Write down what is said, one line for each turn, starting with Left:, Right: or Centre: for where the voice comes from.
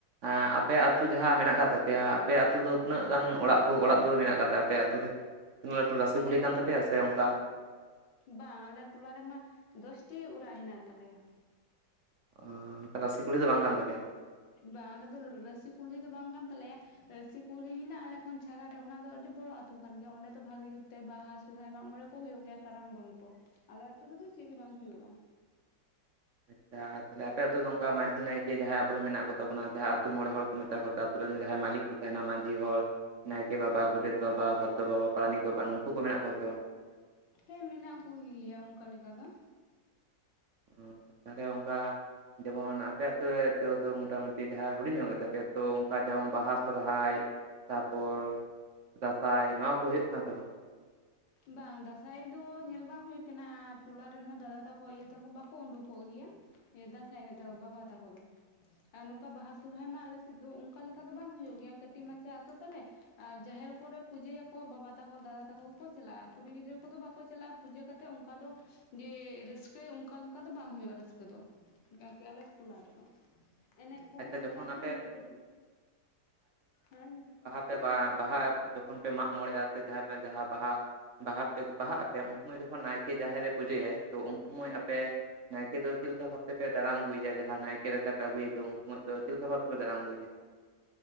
Right: ᱮᱸᱻ ᱟᱯᱮ ᱟᱛᱩ ᱡᱟᱦᱟᱸ ᱢᱮᱱᱟᱜ ᱠᱟᱜ ᱛᱟᱯᱮᱭᱟ ᱟᱯᱮ ᱭᱟᱜ ᱟᱛᱩ ᱫᱚ ᱛᱤᱱᱟᱹᱜ ᱜᱟᱱ ᱚᱲᱟᱜ ᱠᱚ ᱚᱲᱟᱜ ᱫᱩᱣᱟᱹᱨ ᱢᱮᱱᱟᱜ ᱟᱠᱟᱫ ᱛᱟᱯᱮᱭᱟ ᱾ ᱛᱩ ᱨᱮ᱾ ᱨᱟᱥᱤ
Left: ᱟᱞᱮ
Right: ᱠᱩᱞᱦᱤ
Left: ᱟᱹᱛᱩ
Right: ᱠᱟᱱ ᱛᱟᱯᱮᱭᱟ ᱥᱮ ᱚᱱᱠᱟ
Left: ᱵᱟᱝ ᱟᱞᱮ ᱴᱩᱞᱟ ᱨᱮᱢᱟ ᱫᱚᱥᱴᱤ ᱚᱲᱟᱜ ᱦᱮᱱᱟᱜ ᱛᱟᱞᱮᱭᱟ᱾
Right: ᱚ ᱨᱟᱥᱤ ᱠᱩᱞᱦᱤ ᱫᱚ ᱵᱟᱝ ᱠᱟᱱ ᱛᱟᱯᱮᱭᱟ?
Left: ᱵᱟᱝ ᱟᱞᱮ ᱫᱚ ᱨᱟᱹᱥᱤ ᱠᱩᱞᱦᱤ ᱫᱚ ᱵᱟᱝ ᱠᱟᱱ ᱛᱟᱞᱮᱭᱟ ᱨᱟᱹᱥᱤ ᱠᱩᱞᱦᱤ ᱦᱮᱱᱟᱜᱼᱟ᱾ ᱟᱞᱮ ᱠᱷᱚᱱ ᱪᱷᱟᱲᱟ ᱨᱮ ᱚᱱᱟ ᱫᱚ ᱟᱹᱰᱤ ᱵᱚᱲᱚ ᱟᱹᱛᱳ ᱠᱟᱱ ᱜᱮᱭᱟ᱾ ᱚᱸᱰᱮ ᱫᱚ ᱵᱷᱟᱜᱤ ᱡᱩᱛ ᱛᱮ ᱵᱟᱦᱟ ᱥᱚᱨᱦᱟᱭ ᱢᱟᱜ ᱢᱚᱬᱮ ᱠᱚ ᱦᱳᱭᱳᱜ ᱜᱮᱭᱟ᱾, ᱠᱟᱨᱟᱢ ᱫᱚᱱ ᱠᱚ ᱟᱞᱮ ᱟᱹᱛᱩ ᱨᱮ ᱫᱚ ᱪᱮᱫ ᱜᱮ ᱵᱟᱝ ᱦᱳᱭᱳᱜᱼᱟ᱾
Right: ᱟᱪᱪᱷᱟ, ᱛᱟᱦᱞᱮ ᱟᱯᱮ ᱟᱹᱛᱩ ᱫᱚ ᱚᱱᱠᱟ ᱢᱟᱹᱡᱷᱤ <unintelligible> ᱱᱟᱭᱠᱮ ᱡᱟᱦᱟᱸᱭ ᱟᱵᱚᱨᱮᱱ ᱢᱮᱱᱟᱜ ᱠᱚ ᱛᱟᱵᱚᱱᱟ ᱡᱟᱦᱟ ᱟᱛᱩ ᱢᱚᱬᱮ ᱦᱚᱲ ᱠᱚ ᱢᱤᱛᱟ ᱠᱚ ᱟᱛᱩ ᱨᱮᱱ ᱡᱟᱦᱟᱸᱭ ᱢᱟᱹᱞᱤᱠ ᱠᱚ ᱛᱟᱦᱮᱱᱟ ᱢᱟᱹᱡᱷᱤ ᱦᱚᱲ ᱱᱟᱭᱠᱮ ᱵᱟᱵᱟ ᱜᱳᱰᱮᱛ ᱵᱟᱵᱟ ᱵᱷᱚᱫᱽᱫᱚ ᱵᱟᱵᱟ ᱯᱟᱨᱟᱱᱤᱠ ᱵᱟᱵᱟ ᱱᱩᱠᱩ ᱠᱚ ᱢᱮᱱᱟᱜ ᱠᱚᱣᱟ ᱥᱮ ᱵᱟᱝ?
Left: ᱦᱮᱸ ᱢᱮᱱᱟᱜ ᱠᱩᱜᱮ ᱭᱟ ᱚᱱᱠᱟ ᱞᱮᱠᱟ ᱫᱚ᱾
Right: ᱦᱩᱸ ᱛᱟᱦᱞᱮ ᱚᱱᱠᱟ ᱡᱮᱢᱚᱱ ᱟᱯᱮ ᱟᱛᱩ ᱨᱮ <unintelligible> ᱫᱚ ᱢᱚᱴᱟ ᱢᱩᱴᱤ ᱡᱟᱦᱟᱸᱭ ᱦᱩᱰᱤᱧ ᱧᱚᱜ ᱜᱮᱛᱟ ᱯᱮᱭᱟ ᱛᱚ ᱚᱱᱠᱟ ᱡᱮᱢᱚᱱ ᱵᱟᱦᱟ ᱥᱚᱨᱦᱟᱭ ᱛᱟᱯᱚᱨ ᱫᱟᱸᱥᱟᱭ ᱱᱚᱣᱟ ᱠᱚ ᱦᱳᱭᱳᱜ ᱠᱟᱱ ᱥᱮ ᱵᱟᱝ?
Left: ᱵᱟᱝ ᱫᱟᱸᱥᱟᱭ ᱫᱚ ᱧᱮᱞ ᱵᱟᱝ ᱦᱩᱭ ᱟᱠᱟᱱᱟ ᱴᱩᱞᱟ ᱨᱮᱱ ᱦᱚᱸ ᱫᱟᱫᱟ ᱛᱟᱠᱚ ᱤᱭᱟᱹ ᱛᱟᱠᱚ ᱵᱟᱠᱚ ᱩᱰᱩᱠᱚᱜ ᱜᱮᱭᱟ᱾ ᱫᱟᱸᱟᱭ ᱮᱱᱮᱡ ᱫᱚ ᱵᱟᱵᱟ ᱛᱟᱠᱚ ᱫᱚ ᱟᱨ ᱱᱚᱝᱠᱟ ᱵᱟᱦᱟ ᱥᱩᱨᱦᱟᱭ ᱢᱟ ᱟᱞᱮ ᱥᱤᱫ ᱫᱩ ᱩᱱᱠᱟ ᱞᱮᱠᱟ ᱫᱚ ᱵᱟᱝ ᱦᱳᱭᱳᱜ ᱜᱮᱭᱟ, ᱠᱟᱹᱴᱤᱡ ᱢᱟᱪᱷᱟ ᱟᱛᱳ ᱛᱟᱞᱮ ᱟᱨ ᱡᱟᱦᱮᱨ ᱠᱚᱨᱮ ᱯᱩᱡᱟᱹ ᱭᱟᱠᱚ ᱵᱟᱵᱟ ᱛᱟᱠᱚ ᱫᱟᱫᱟ ᱛᱟᱠᱚ ᱪᱟᱞᱟᱜᱼᱟ᱾ ᱠᱩᱲᱤ ᱜᱤᱫᱽᱨᱟᱹ ᱠᱚ ᱫᱚ ᱵᱟᱠᱚ ᱪᱟᱞᱟᱜᱼᱟ᱾ ᱯᱩᱡᱟᱹ ᱠᱟᱛᱮᱫ ᱚᱱᱠᱟ ᱫᱚ ᱡᱮ ᱨᱟᱹᱥᱠᱟᱹ ᱚᱱᱠᱟ ᱞᱮᱠᱟ ᱫᱚ ᱵᱟᱝ ᱦᱩᱭᱩᱜᱼᱟ ᱨᱟᱹᱥᱠᱟᱹ ᱫᱚ ᱟᱨᱠᱤ ᱟᱞᱮ ᱴᱚᱞᱟ ᱨᱮ ᱫᱚ ᱾ ᱮᱱᱮᱡ ᱠᱚ ᱦᱚᱸ
Right: ᱟᱪᱪᱷᱟ
Left: ᱚᱱᱠᱟ
Right: ᱡᱚᱠᱷᱚᱱ
Left: ᱫᱚ ᱵᱟᱝ
Right: ᱟᱯᱮ
Left: ᱦᱩᱭᱩᱜᱼᱟ ᱠᱟᱹᱴᱤᱡ ᱦᱟᱸᱱ
Right: ᱥᱮ ᱵᱟᱦᱟ ᱡᱚᱠᱷᱚᱱ ᱯᱮ ᱢᱟᱜ ᱢᱚᱬᱮᱜᱼᱟ ᱥᱮ ᱡᱟᱦᱟᱸ ᱯᱮ ᱡᱟᱦᱟᱸ ᱵᱟᱦᱟ ᱵᱟᱦᱟ ᱯᱮ ᱵᱟᱦᱟᱜ ᱟᱯᱮ ᱩᱱ ᱥᱚᱢᱚᱭ ᱡᱚᱠᱷᱚᱱ ᱱᱟᱭᱠᱮ ᱡᱟᱦᱮᱨ ᱨᱮ ᱯᱩᱡᱟᱹᱭᱟᱭ ᱛᱚ ᱩᱱ ᱥᱚᱢᱚᱭ
Left: ᱦᱩᱸ
Right: ᱟᱯᱮ ᱱᱟᱭᱠᱮ ᱫᱚ ᱪᱮᱫ ᱞᱮᱠᱟ ᱵᱷᱟᱯ ᱛᱮ ᱯᱮ ᱫᱟᱨᱟᱢ ᱟᱹᱜᱩᱭ ᱮᱭᱟ ᱡᱟᱦᱟᱸ ᱱᱟᱭᱠᱮ ᱨᱟᱪ ᱯᱮ ᱟᱹᱜᱩᱭᱟ ᱮ ᱫᱚ ᱾ ᱥᱚᱢᱚᱭ ᱫᱚ ᱪᱮᱫ ᱞᱮᱠᱟ ᱵᱷᱟᱵ ᱯᱮ ᱫᱟᱨᱟᱢ ᱜᱮᱭᱟ᱾